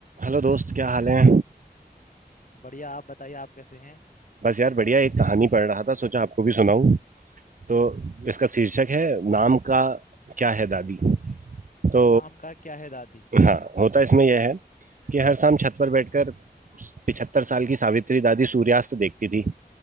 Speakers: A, on the right; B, on the left.
A: हेलो दोस्त क्या हाल है
B: बढ़िया आप बताइए आप कैसे हैं
A: बस यार बढ़िया एक कहानी पढ़ रहा था सोचा आपको भी सुनाऊं तो इसका शीर्षक है नाम का क्या है दादी तो
B: आम का क्या है दादी
A: हाँ होता इसमें यह है कि हर शाम छत पर बैठकर पिछहत्तर साल की सावित्री दादी सूर्यास्त देखती थी